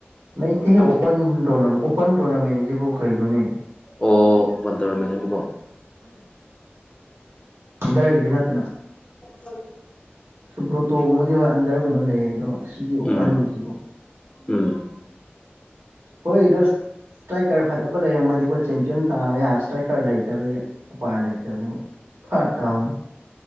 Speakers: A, on the right; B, on the left.
A: ꯂꯩꯇꯦꯍꯦ ꯑꯣꯄꯟ ꯑꯣꯄꯟ ꯇꯣꯔꯅꯥꯃꯦꯟꯁꯤꯕꯨ ꯀꯩꯩꯅꯣꯅꯦ
B: ꯑꯣ ꯄꯟ ꯇꯧꯔꯃꯦꯅꯦꯅꯤꯀꯣ
A: ꯑꯗꯁꯨꯅꯠꯇꯅ
B: ꯍ
A: ꯁꯨꯕ꯭ꯔꯣꯇꯣꯒꯨꯝꯕꯗꯤ ꯍꯣꯏ ꯑꯟꯗꯔꯒꯨꯝꯕ ꯂꯩꯌꯦ ꯑꯗꯣ ꯁꯤꯗꯤ ꯑꯣꯄꯟꯒꯤꯁꯤꯕꯣ
B: ꯎꯝ ꯎꯝ
A: ꯀꯣꯏꯗꯣꯁ ꯏꯁꯇ꯭ꯔꯥꯏꯀꯔ ꯐꯖꯕ ꯂꯩꯔꯝꯃꯗꯤꯀꯣ ꯆꯦꯝꯄꯤꯌꯟ ꯇꯥꯕ ꯌꯥ ꯏꯁꯇ꯭ꯔꯥꯏꯀꯔ ꯂꯩꯇꯕꯒꯤ ꯎꯄꯥꯏ ꯂꯩꯇꯕꯅꯤ ꯍꯣꯏ ꯊꯔꯇ ꯑꯃ